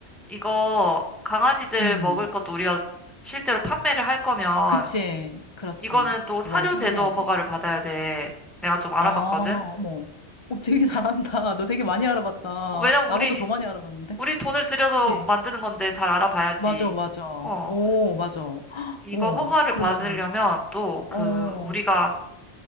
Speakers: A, in the centre; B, on the left.
A: 이거 강아지들
B: 음,
A: 먹을 것도 우리가 실제로 판매를 할 거면
B: 그치, 그렇지.
A: 이거는 또
B: 그거를
A: 사료
B: 생각해야지.
A: 제조 허가를 받아야 돼. 내가 좀 알아봤거든.
B: 아, 어머. 어, 되게 잘한다. 너 되게 많이 알아봤다.
A: 어, 왜냐면
B: 나보다
A: 우리 <laughs>
B: 더 많이 알아봤는데?
A: 우리 돈을 들여서
B: 그치?
A: 만드는 건데 잘 알아봐야지.
B: 맞아, 맞아.
A: 어,
B: 오, 맞아. 헉,
A: 이거
B: 오,
A: 허가를
B: 그러면은,
A: 받으려면 또
B: 어,
A: 그 우리가